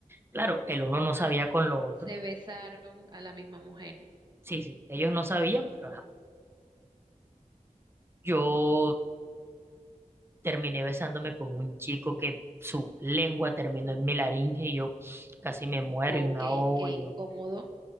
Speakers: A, on the right; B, on the right.
A: Claro, el uno no sabía con lo otro.
B: Se besaron a la misma mujer.
A: Sí, sí, ellos no sabían, pero ajá. Yo terminé besándome con un chico que su lengua terminó en mi laringe y yo casi me muero
B: Ok,
A: y me ahogo.
B: qué
A: y
B: incómodo,
A: yo,